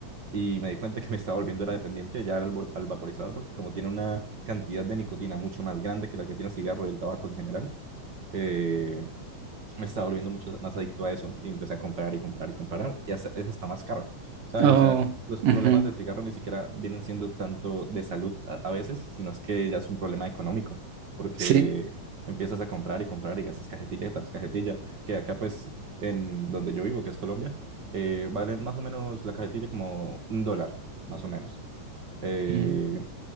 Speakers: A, on the right; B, on the right.
A: y me di cuenta que me estaba volviendo era dependiente ya al, vol- al vaporizador porque como tiene una cantidad de nicotina mucho más grande que la que tiene el cigarro y el tabaco en general, eh, me estaba volviendo mucho más adicto a eso y empecé a comprar y comprar y comprar y hasta, es hasta más caro, ¿sabes?
B: Oh,
A: O sea, los
B: ujú.
A: problemas del cigarro ni siquiera vienen siendo tanto de salud a, a veces, sino es que ya es un problema económico, porque
B: Sí.
A: empiezas a comprar y comprar y gastas cajetilla tras cajetilla, que acá pues en donde yo vivo, que es Colombia, eh, valen más o menos la cajetilla como un dólar, más o menos. Eh,
B: Mm,